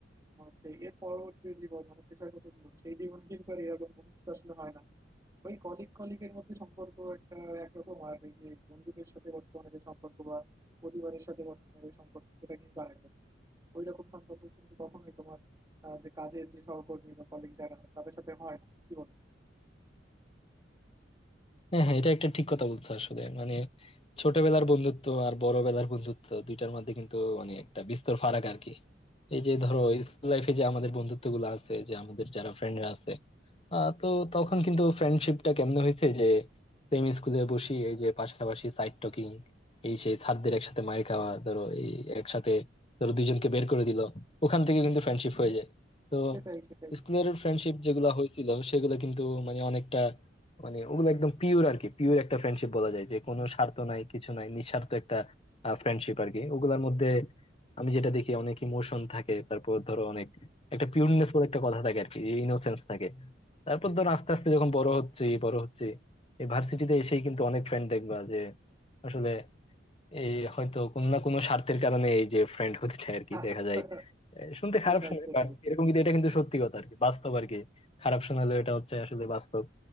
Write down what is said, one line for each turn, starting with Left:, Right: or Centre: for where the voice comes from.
Right: আমার হচ্ছে এর পরবর্তী জীবন মানে পেশাগত জীবন সেই জীবনে কিন্তু আর এরকম বন্ধুত্ব আসলে হয় না ওই কলিগ কলিগের মধ্যে সম্পর্ক একটা একরকম আর এই যে বন্ধুদের সাথে বর্তমানে যে সম্পর্ক বা পরিবারের সাথে বর্তমানে যে সম্পর্ক সেটা কিন্তু আরেক রকম। ওই রকম সম্পর্ক কিন্তু কখনোই তোমার আহ, যে কাজের যে সহকর্মী বা কলিগ যারা আছে তাদের সাথে হয় না কি বলো
Left: হ্যাঁ হ্যাঁ এটা একটা ঠিক কথা বলছো আসলে মানে ছোটবেলার বন্ধুত্ব আর বড়বেলার বন্ধুত্ব দুইটার মধ্যে কিন্তু মানে একটা বিস্তর ফারাক আর কি এই যে ধরো স্কুল লাইফে যে আমাদের বন্ধুত্ব গুলো আছে যে আমাদের যারা ফ্রেন্ডরা আছে আহ, তো তখন কিন্তু ফ্রেন্ডশিপটা কেমনে হয়েছে যে সেম স্কুলে বসি এই যে পাশাপাশি সাইড টকিং এই সেই ছাত্রদের একসাথে মাইর খাওয়া ধরো এই একসাথে ধরো দুইজনকে বের করে দিল ওখান থেকে কিন্তু ফ্রেন্ডশিপ হয়ে যায় তো
Right: সেটাই সেটাই
Left: স্কুলের ফ্রেন্ডশিপ যেগুলো হয়েছিল সেগুলো কিন্তু মানে অনেকটা মানে ওগুলো একদম পিওর আর কি পিওর একটা ফ্রেন্ডশিপ বলা যায় যে কোনো স্বার্থ নাই কিছু নাই নিঃস্বার্থ একটা ফ্রেন্ডশিপ আর কি ওগুলোর মধ্যে আমি যেটা দেখি অনেক ইমোশন থাকে তারপর ধরো অনেক একটা পিওরনেস বলে একটা কথা থাকে আর কি ইনোসেন্স থাকে তারপর ধরো আস্তে আস্তে যখন বড় হচ্ছে বড় হচ্ছে এই ভার্সিটিতে এসেই কিন্তু অনেক ফ্রেন্ড দেখবা যে আসলে এই হয়তো কোনো না কোনো স্বার্থের কারণে এই যে ফ্রেন্ড হতে চায় আর কি
Right: <laughs>
Left: দেখা যায় আহ, শুনতে
Right: সেটাই
Left: খারাপ শোনায়
Right: সেটাই
Left: বাট এরকম কিন্তু এটা কিন্তু সত্যি কথা আর কি বাস্তব আর কি খারাপ শোনালেও এটা হচ্ছে আসলে বাস্তব